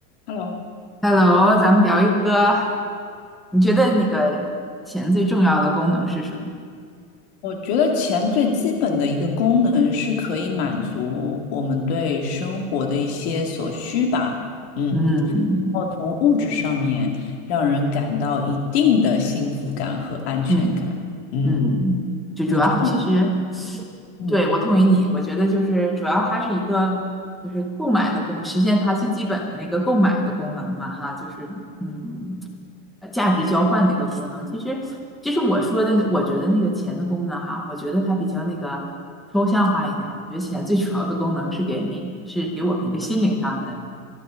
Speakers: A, on the left; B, in the centre.
A: Hello，
B: Hello，咱们聊一个，你觉得那个钱最重要的功能是什么？
A: 我觉得钱最基本的一个功能是可以满足我们对生活的一些所需吧，嗯，
B: 嗯
A: 然后从物质上面让人感到一定的幸福感和安全感，
B: 嗯
A: 嗯，
B: 嗯，就主要其实
A: 你就得？嗯，
B: 对我同意你，我觉得就是主要它是一个就是购买的功，实现它最基本的那个购买的功能嘛，哈，就是嗯呃价值交换的一个功能。其实其实我说的，我觉得那个钱的功能哈，我觉得它比较那个抽象化一点儿。我觉得钱最主要的功能是给人一个是给我们一个心灵上的。